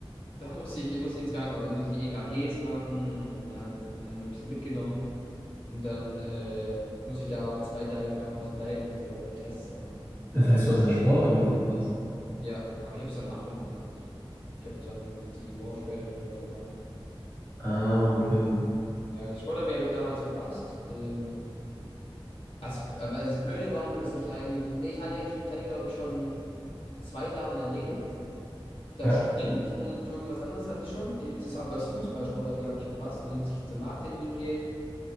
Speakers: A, on the left; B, on the left.
A: da muss ich, muss ich muss ins Krankenhaus, da muss ich EKGs machen und da haben, haben die mich so mitgenommen. Und dann äh, muss ich da auch zwei Tage im Krankenhaus bleiben und so lauter Tests machen.
B: Das heißt, du hast das Sportabi verpasst.
A: Ja, aber ich habe es danach gemacht. Also ich habe dann die Woche später dann drauf gemacht.
B: Ah, okay.
A: Ja, das Sporderby habe ich damals verpasst. Ähm, was, also das Blöde war nur, dass ich eigentlich, nee, ich hatte, ich hatte glaube ich schon zwei Sachen erledigt. Ich glaube
B: Ja.
A: Sprint und irgendwas anderes hatte ich schon. Ich- Das, aber das Fußballsportlerby habe ich verpasst und dann musste ich zum Nachtermin gehen.